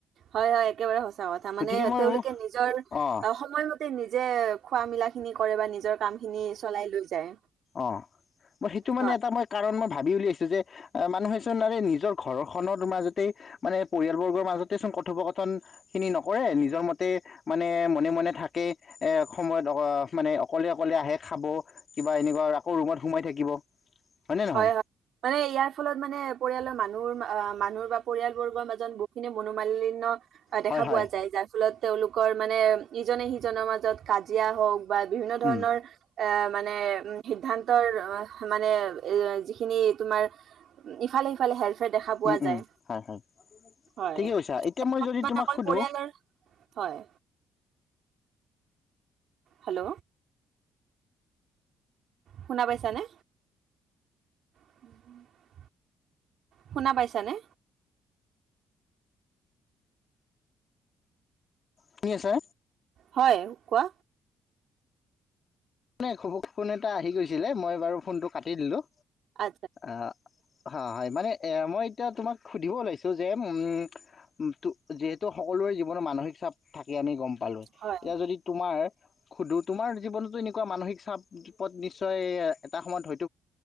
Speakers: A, on the right (about 70°); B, on the left (about 45°).
A: হয় হয় একেবাৰে সঁচা কথা
B: গতিকে
A: মানে
B: মই
A: তেওঁলোকে
B: ভাবোঁ
A: নিজৰ
B: অঁ
A: সময় নিজে খোৱা মেলা খিনি কৰে বা নিজৰ কাম খিনি চলাই লৈ যায়।
B: অ', মই সেইটো মানে
A: হয়
B: এটা মই কাৰণ মই ভাবি উলিয়াইছোঁ যে আহ মানুহেচোন আৰে নিজৰ ঘৰখনৰ মাজতে মানে পৰিয়ালবৰ্গৰ মাজতেই চোন কথোপকথন খিনি নকৰে নিজৰ মতে মানে মনে মনে থাকে, এ সময়ত অ মানে অকলে অকলে আহে খাব, ‌ কিবা এনেকুৱা আৰু আকৌ ৰুমত সোমাই থাকিব। হয়নে নহয়
A: হয়। মানে ইয়াৰ ফলত মানে পৰিয়ালৰ মানুহৰ মানুহ বা পৰিয়ালবৰ্গৰ মাজত বহুতখিনি মনোমালিন্য অ, দেখা
B: হয় হয়
A: পোৱা যায় যাৰ ফলত তেওঁওলোকৰ মানে ইজনে সিজনৰ মাজত কাজিয়া হওক বা বিভিন্ন ধৰণৰ
B: উম
A: এ মানে উম সিদ্ধান্তৰ মানে এইয়া যিখিনি তোমাৰ ইফালে সিফালে হেল্প দেখা পোৱা
B: উম উম
A: যায়,
B: হয় হয়
A: হয়
B: ঠিকে কৈছা এতিয়া মই যদি
A: মানে
B: তোমাক
A: অকল
B: সোধো
A: পৰিয়ালৰ হয়। হেল্ল। শুনা পাইছানে? <unintelligible> শুনা পাইছানে?
B: শুনি আছা?
A: হয়, কোৱা।
B: মানে ঘপকে ফোন এটা আহি গৈছিলে মই বাৰু ফোনটো কাটি দিলোঁ।
A: আচ্ছা
B: আঁ হ হয় মানে এ মই এতিয়া তোমাক সুধিব ওলাইছো যে উম ত যিহেতু সকলোৰে জীৱনৰ মানসিক চাপ থাকে আমি গম পালোঁ।
A: হয়।
B: এতিয়া যদি তোমাৰ সুধোঁ তোমাৰ জীৱনতো এনেই এনেকুৱা মানসিক চাপ বিপদ নিশ্চয় এটা সময়ত ধ